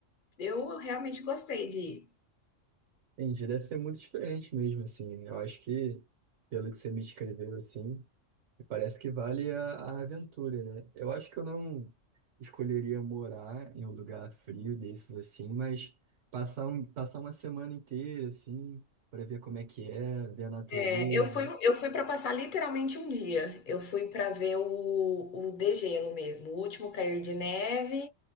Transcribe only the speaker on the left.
eu realmente gostei de ir.
É, eu fui, um, eu fui para passar literalmente um dia, eu fui para ver o, o degelo mesmo, o último cair de neve